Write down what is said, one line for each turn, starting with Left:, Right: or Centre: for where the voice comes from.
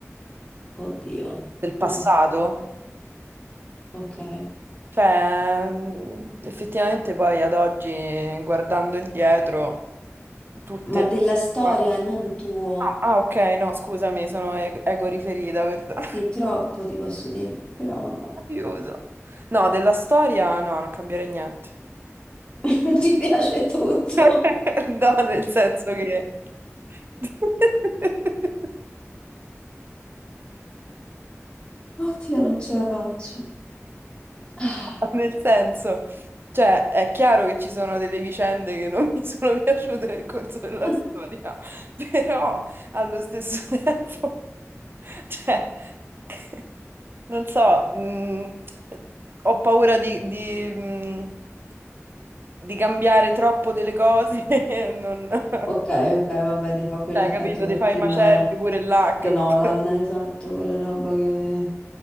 Left: Oddio.
Right: del passato.
Left: Mm, ok.
Right: Cioè, mm, effettivamente poi ad oggi, guardando indietro, tutte...
Left: Ma della storia
Right: Ah,
Left: e non tuo.
Right: ah, ok, no, scusami, sono e- ego riferita, perdono.
Left: Sì, troppo ti posso dire, però vabbè,
Right: <laughs> Aiuto. No, della storia no, non cambierei niente.
Left: <laughs> ti piace tutto.
Right: <laughs> No, nel senso che... <laughs>
Left: Oddio, non ce la faccio. Ah.
Right: No, Nel senso, cioè, è chiaro che ci sono delle vicende che non mi sono <laughs> piaciute nel corso della
Left: <laughs>
Right: storia, però allo stesso <laughs> tempo, cioè, <laughs> non so, mh, ho paura di, di, mh, di cambiare troppo delle cose, <laughs> non...
Left: Ok, ok, vabbè, ti fa quell'effetto
Right: Cioè, capito,
Left: da
Right: ti
Left: film
Right: fai i macelli
Left: eh,
Right: pure là,
Left: di
Right: capito?
Left: Nolan,
Right: Eh,
Left: esatto, quella roba che